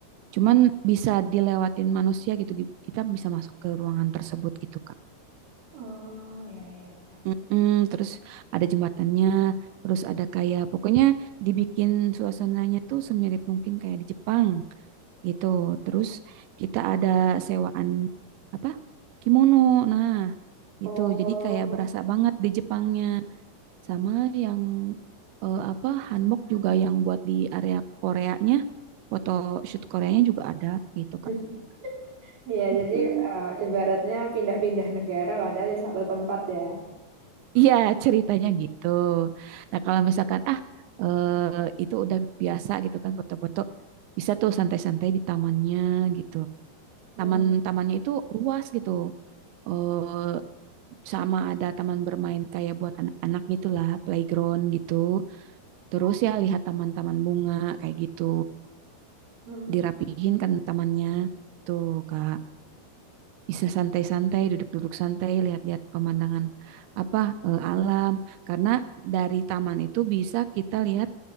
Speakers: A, on the right (about 80°); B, on the right (about 65°).
A: Cuman bisa dilewatin manusia gitu. gi- Kita bisa masuk ke ruangan tersebut gitu, Kak.
B: Oh ya ya ya.
A: Mm-mm, terus ada jembatannya, terus ada kayak pokoknya dibikin suasananya tuh semirip mungkin kayak di Jepang gitu. Terus kita ada sewaan apa? Kimono. Nah,
B: Oh.
A: gitu. Jadi kayak berasa banget di Jepangnya sama yang eh, apa hanbok juga yang buat di area Koreanya, foto shoot Koreanya juga ada gitu,
B: <laughs>
A: Kak.
B: Ya,
A: Mm-mm.
B: jadi eh, ibaratnya pindah-pindah negara padahal di satu tempat ya.
A: Iya, ceritanya gitu. Nah, kalau misalkan ah eh, itu udah biasa gitu kan foto-foto, bisa tuh santai-santai di tamannya gitu.
B: Hmm.
A: Taman-tamannya itu luas gitu. Eh sama ada taman bermain kayak buat anak-anak gitulah, playground gitu. Terus ya lihat taman-taman bunga kayak gitu.
B: Hmm.
A: Dirapihin kan tamannya. Tuh, Kak. bisa santai-santai, duduk-duduk santai, lihat-lihat pemandangan apa eh, alam. Karena dari taman itu bisa kita lihat